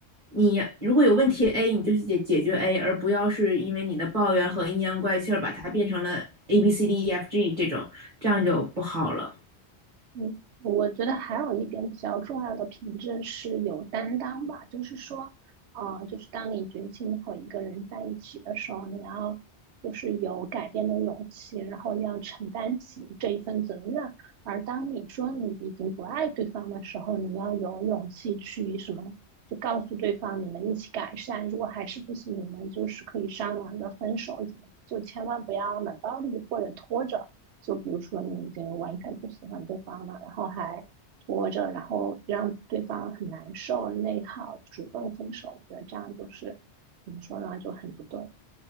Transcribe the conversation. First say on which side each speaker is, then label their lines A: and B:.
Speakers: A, on the right; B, on the right.
A: 你如果有问题 A，你就去解解决 A，而不要是因为你的抱怨和阴阳怪气儿把它变成了 A B C D E F G 这种，这样就不好了。
B: 嗯，我觉得还有一点比较重要的品质是有担当吧，就是说，嗯、就是当你决心和一个人在一起的时候，你要就是有改变的勇气，然后要承担起这一份责任。而当你说你已经不爱对方的时候，你要有勇气去什么，就告诉对方你们一起改善，如果还是不行，你们就是可以商量着分手怎么，就千万不要冷暴力或者拖着。就比如说你已经完全不喜欢对方了，然后还拖着，然后让对方很难受、内耗，主动分手，我觉得这样就是怎么说呢，就很不对。